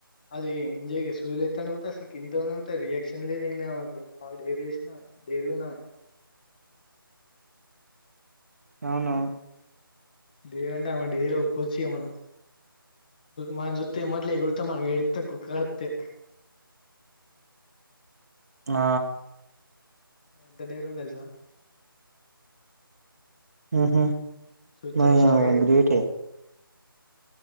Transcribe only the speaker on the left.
అది ఇంజ సూదులు ఎతుండి పోతే అసలు ఇంత పోత రియాక్షన్ లేదు ఏం లేదు బాగా డేర్ చేసినా డేరు గా ఉంది ఆమె
డేరంటే ఆమె డేర్ కోల్చియమను మ జతే మొదలే <unintelligible> మన వెళ్తుా కుక తె
ఎంత డేరు ఉంది తెలుసా
చూత్తే
నువ్వు షాక్
అయితవ్